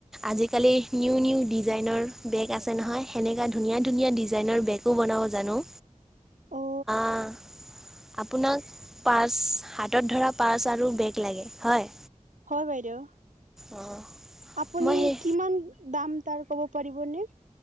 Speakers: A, in the centre; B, on the right.
A: আজিকালি নিউ নিউ ডিজাইনৰ বেগ আছে নহয়, সেনেকুৱা ধুনীয়া ধুনীয়া ডিজাইনৰ বেগো বনাব জানো।
B: অ
A: অ', আপোনাক পাৰ্চ, হাতত ধৰা পাৰ্চ আৰু বেগ লাগে, হয়?
B: হয় বাইদেউ।
A: অঁ
B: আপুনি
A: মই সেই
B: কিমান দাম তাৰ ক'ব পাৰিব নে?